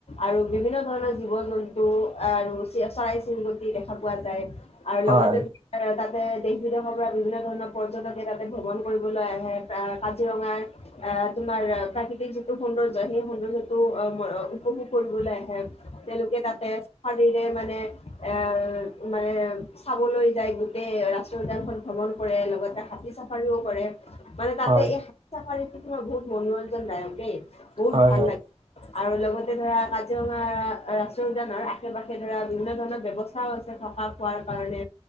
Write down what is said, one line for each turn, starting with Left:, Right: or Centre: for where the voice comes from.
Left: আৰু বিভিন্ন ধৰণৰ জীৱ জন্তু আৰু চিৰ-চৰাই চিৰিকতি দেখা পোৱা যায় আৰু
Right: হয়
Left: লগতে <unintelligible> তাতে দেশ বিদেশৰ পৰা বিভিন্ন ধৰণৰ পৰ্যটকে তাতে ভ্ৰমণ কৰিবলৈ আহে <unintelligible> কাজিৰঙাৰ আহ তোমাৰ প্ৰাকৃতিক যিটো সৌন্দৰ্যয় সেই সৌন্দৰ্যটো অম-অম-আ উপভোগ কৰিবলৈ আহে তেওঁলোকে তাতে শৰীৰে মানে এ মানে চাবলৈ যায় গোটেই ৰাস্ত উদানখন ভ্ৰমণ কৰে লগতে হাতী চাফাৰীওঁ কৰে মানে তাতে
Right: হয়
Left: এই সাত <unintelligible> মনোৰঞ্জন দায়ক দেই বহুত
Right: হয়
Left: ভাল
Right: হয়
Left: লাগে। আৰু লগতে ধৰা কাজিৰঙা ৰাষ্ট্ৰীয় উদ্যনৰ আশে পাশে ধৰা বিভিন্ন ধৰণৰ ব্যৱস্থাও আছে থকা খোৱাৰ কাৰণে।